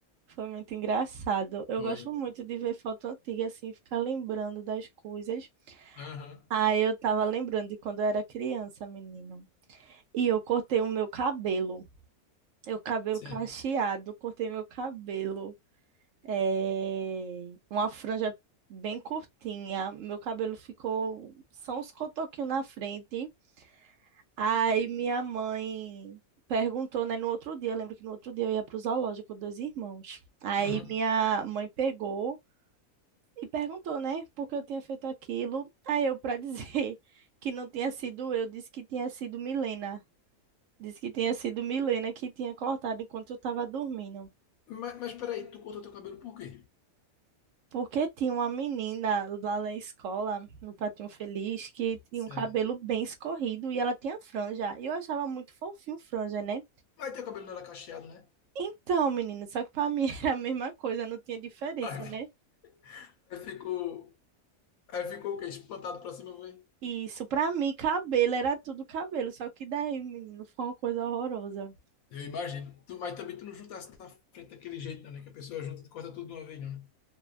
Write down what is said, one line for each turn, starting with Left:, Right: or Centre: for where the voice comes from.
Right: Foi muito engraçado. Eu
Left: Foi.
Right: gosto muito de ver foto antiga, assim, ficar lembrando das coisas.
Left: Aham.
Right: Aí eu tava lembrando de quando eu era criança, menino. E eu cortei o meu cabelo. Eu cabelo
Left: Sim.
Right: cacheado, cortei meu cabelo. É, uma franja bem curtinha. Meu cabelo ficou só uns cotoquinhos na frente. Aí minha mãe perguntou, né, no outro dia, eu lembro que no outro dia eu ia pro zoológico com dois irmãos. Aí
Left: Aham.
Right: minha mãe pegou e perguntou, né, por que eu tinha feito aquilo. Aí eu, pra dizer <laughs> que não tinha sido eu, disse que tinha sido Milena. Disse que tinha sido Milena que tinha cortado enquanto eu tava dormindo.
Left: Mas, mas peraí, tu cortou teu cabelo por quê?
Right: Porque tinha uma menina lá na escola, no Pratinho Feliz, que tinha
Left: Sim.
Right: um cabelo bem escorrido e ela tinha franja. E eu achava muito fofinho franja, né?
Left: Mas teu cabelo não era cacheado, né?
Right: Então, menina, só que pra mim <laughs> era a mesma coisa, não tinha diferença,
Left: <laughs> Aí, fi-
Right: né?
Left: aí ficou. Aí ficou o quê? Espantado pra cima, foi?
Right: E Isso, pra mim, cabelo era tudo cabelo, só que daí, menino, foi uma coisa horrorosa.
Left: Eu imagino. Tu, mas também tu não juntasse na frente daquele jeito, não, né? Que a pessoa junta e corta tudo de uma vez, não, né?